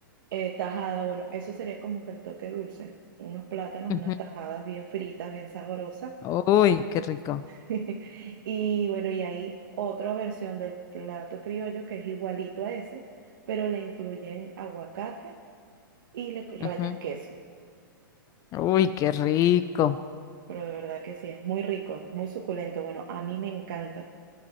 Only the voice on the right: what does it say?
eh, tajada, bueno, eso sería como que el toque dulce, unos plátanos,
unas tajadas bien fritas, bien sabrosas,
<laughs> Y bueno, y hay otra versión del plato criollo que es igualito a ese, pero le incluyen aguacate y le rayan
queso.
Pero de verdad que sí, es muy rico, muy suculento. Bueno, a mí me encanta.